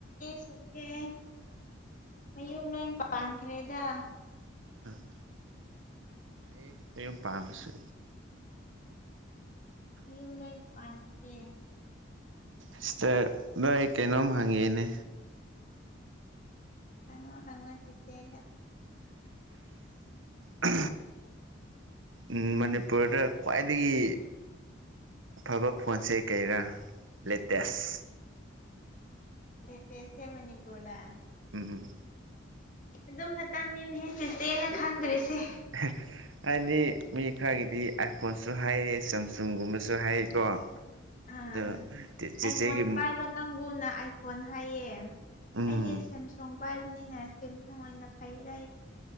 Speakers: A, on the left; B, on the right.
A: ꯁꯤꯒꯦ ꯃꯌꯨꯝ ꯂꯣꯏ ꯄꯥꯟꯈ꯭ꯔꯦꯗ
B: ꯎꯝ ꯍꯩꯌꯦ ꯃꯨꯝ ꯄꯥꯝꯃꯤꯁꯤ
A: ꯃꯌꯨꯝ ꯂꯣꯏꯅ ꯄꯥꯟꯈ꯭ꯔꯦ
B: ꯏꯁꯇꯔ ꯅ ꯑꯩ ꯀꯩꯅꯣꯝ ꯍꯥꯡꯒꯤꯅꯦ
A: ꯍꯪꯉꯣ ꯍꯪꯉꯣ ꯆꯤꯆꯦꯗ
B: ꯍ ꯎ ꯃꯅꯤꯄꯨꯔꯗ ꯈ꯭ꯋꯥꯏꯗꯒꯤ ꯑꯐꯕ ꯐꯣꯟꯁꯦ ꯀꯩꯔꯥ ꯂꯦꯇꯦꯁ
A: ꯂꯦꯇꯦꯇꯦ ꯃꯅꯤꯄꯨꯔꯗꯥ
B: ꯎꯝ
A: ꯑꯗꯨ ꯈꯇꯪꯅꯦꯅꯦꯍꯦ ꯆꯤꯆꯦꯅ ꯈꯪꯗ꯭ꯔꯤꯁꯦ
B: <inaudible> ꯍꯥꯏꯗꯤ ꯃꯤ ꯈꯔꯒꯤꯗꯤ ꯑꯥꯏꯐꯣꯟꯁꯨ ꯍꯥꯏꯑꯌꯦ ꯁꯦꯝꯁꯨꯡꯒꯨꯝꯕꯁꯨ ꯍꯥꯏꯌꯦꯀꯣ
A: ꯑ
B: ꯑꯗꯣ ꯆꯦꯆꯦꯒꯤ
A: ꯑꯥꯏꯐꯣꯟ ꯄꯥꯏꯕ ꯀꯥꯡꯕꯨꯅ ꯑꯥꯏ ꯐꯣꯟ ꯍꯥꯏꯌꯦ
B: ꯎꯝ
A: ꯑꯩꯗꯤ ꯁꯦꯝꯁꯨꯡ ꯄꯥꯏꯕꯅꯤꯅ ꯁꯦꯝꯁꯨꯡ ꯑꯣꯏꯅ ꯐꯩꯗꯥ